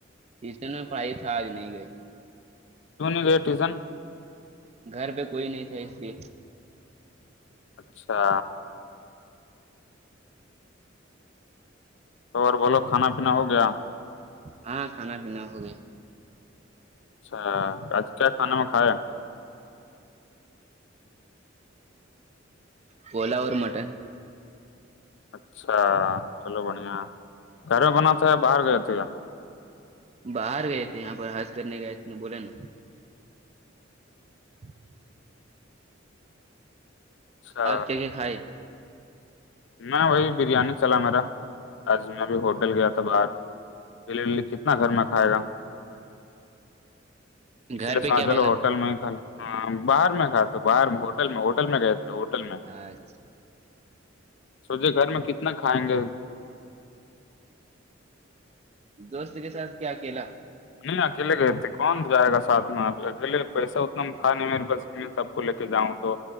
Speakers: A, on the right (about 35°); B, on the left (about 65°).
A: ٹیوشن میں پڑھائی تھا آج نہیں گئی
B: سونی ریٹیزن
A: گھر پہ کوئی نہیں تھا اس کی
B: اچھا تو اور بولو کھانا پینا ہو گیا
A: ہاں کھانا پینا ہو گیا
B: اچھا آج کیا کھانے میں کھائے ہے
A: پلا اورور مٹن
B: اچھا چلو بڑھیا گھر میں بنا تھا ہے باہر گئے تھ کیا
A: باہر گئے تھے یہاں پر حج کرنے گئے تھے ن بوولے نا ہاں
B: اچھا
A: آپ کیا کیا کھائے
B: میں وہی بریانی چلا میرا آج میں اب ہوٹل گیا تھا باہر بلی کتنا گھر میں کھائے گا اسی
A: گھر
B: لیے
A: پہ
B: سنا
A: کیا
B: چلو
A: باہر
B: ہوٹل
A: پہ
B: میں کل ہاں باہر میں کھاتے باہر میں ہوٹل میں ہوٹل میں گئے تھے ہوٹل میں
A: اچھا
B: سوچے گھر میں کتنا کھائیں گے
A: دوست کے ساتھ کیا اکیلا
B: نہیں اکیلے گتے کون جائے گا سھ میں آپ اکیلے پیسے تھا نہیں م بس میں سب کو لے کے جاؤں تو